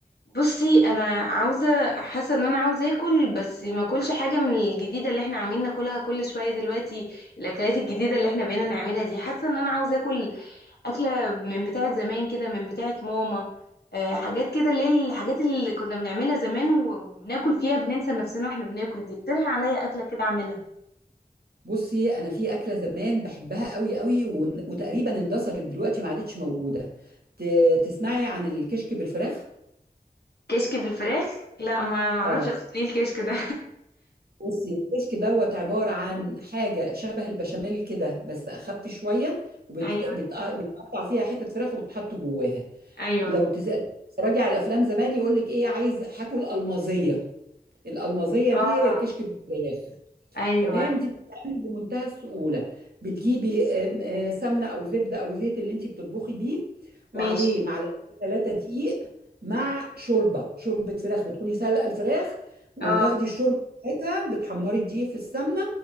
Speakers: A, on the left; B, on the right.
A: بصي انا عاوزه حاسه ان انا عاوزه اكل بس ما اكلش حاجه من الجديده اللي احنا عاملين ناكلها كل شويه دلوقتي الاكلات الجديده اللي احنا بقينا نعملها دي حاسه ان انا عاوزه اكل اكله من بتاعه زمان كده من بتاعه ماما أه حاجات كده اللي هي الحاجات اللي كنا بنعملها زمان وبناكل فيها بننسى نفسنا واحنا بناكل دي اقترحي عليا اكله كده اعملها
B: بصي انا في اكله زمان بحبها قوي قوي ون- وتقريبا اندثرت دلوقتي ما عادتش موجوده ت- تسمعي عن الكشك بالفراخ
A: كشك بالفراخ لا ما ما اعرفش
B: اه
A: اصلا ايه الكشك ده
B: بصي الكشك دوت عباره عن حاجه شبه البشاميل كده بس اخف شويه وبتقطع
A: <laughs> ايوه
B: فيها حتت فراخ وبتحط جواها
A: ايوه
B: لو تس- لو تتفرجي على افلام زمان يقول لك ايه عايز هاكل المازيه الالمازيه
A: اه
B: دي هي الكشك بالفراخ
A: ايوه
B: تمام دي بتتعمل بمنتهى السهولة بتجيبي آم، آه، سمنة أو زبدة أو زيت اللي أنت بتطبخي بيه وعليه
A: ماشي
B: معلقتين ثلاثة دقيق مع شوربة شوربة فراخ بتكوني سالقة الفراخ وتاخدي
A: اه
B: الشوربة بتاعتها بتحمري الدقيق في السمنة